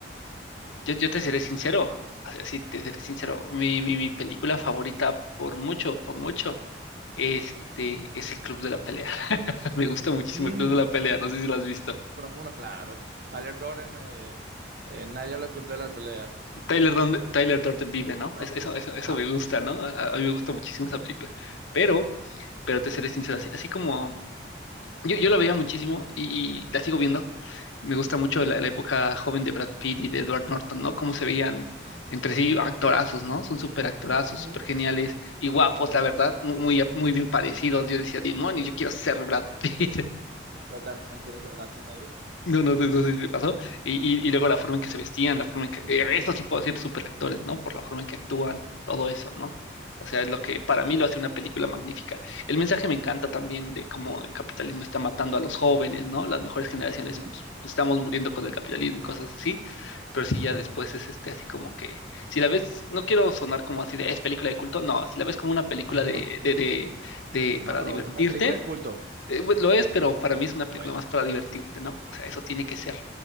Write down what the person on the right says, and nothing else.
Mm,
Profundo, claro. Tyler Durden, eh, eh, nadie habla del Club de la Pelea.
Durden.
Ajá.
Ujú,
ujú,
Claro.
Yo también quiero ser actor de ahí.
Ujú,
ujú.
<laughs>
No,
pero
es una película de culto.
Lo
es.